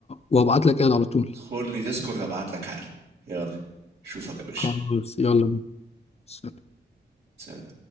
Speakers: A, on the left; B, on the right.
A: وابعت لك ايد على طول
B: خد لي ديسكورد ابعت لك حال يلا اشوفك يا باشا
A: خلاص يلا بينا.
B: سلام